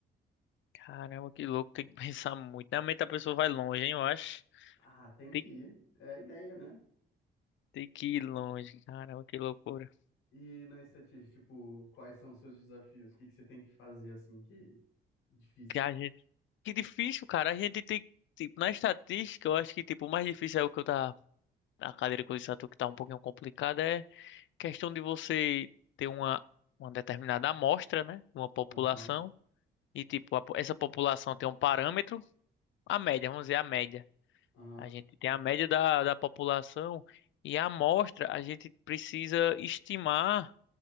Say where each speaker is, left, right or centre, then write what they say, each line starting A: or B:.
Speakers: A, on the left; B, on the left.
A: caramba, que louco, tem que <laughs> pensar muito. Realmente a pessoa vai longe, hein, eu acho.
B: Ah, tem
A: Tem.
B: que ir. É a ideia, né?
A: Tem que ir longe, caramba, que loucura.
B: E na estatística, tipo, quais são os seus desafios? O que que você tem que fazer assim que é difícil?
A: Que a gente, que difícil, cara. A gente tem, tipo, na estatística, eu acho que tipo o mais difícil é o que eu tá a cadeira que eu disse a tu que tá um pouquinho complicada é questão de você ter uma uma determinada amostra, né? Uma população
B: Aham,
A: e tipo a po- essa população tem um parâmetro, a média, vamos dizer a média.
B: aham.
A: A gente tem a média da da população e a amostra, a gente precisa estimar